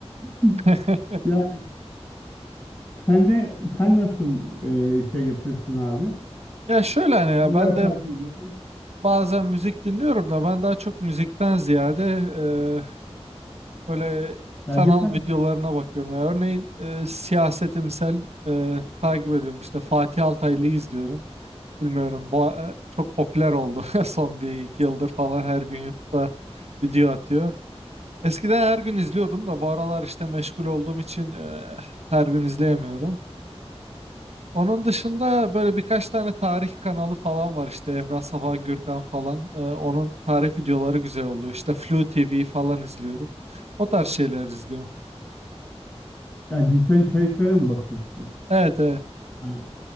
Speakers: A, on the left; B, on the right.
A: <laughs>
B: <laughs>
A: Yani sen de sen nasıl e, şey yapıyorsun abi?
B: Ya şöyle hani ya
A: Neler
B: ben
A: takip
B: de
A: ediyorsun?
B: bazen müzik dinliyorum da ben daha çok müzikten ziyade e, böyle
A: Belgesel,
B: kanal videolarına bakıyorum. Ya örneğin e, siyasetimsel e, takip ediyorum işte Fatih Altaylı'yı izliyorum. Bilmiyorum. Bu e, çok popüler oldu <laughs> son bir iki yıldır falan her gün YouTube'da video atıyor. Eskiden her gün izliyordum da bu aralar işte meşgul olduğum için e, her gün izleyemiyorum. Onun dışında böyle birkaç tane tarih kanalı falan var işte Emrah Safa Gürkan falan. E, onun tarih videoları güzel oluyor. İşte Flu TV falan izliyorum. O tarz şeyler izliyorum.
A: yani dijital içeriklere mi bakıyorsun?
B: Evet evet.
A: Yani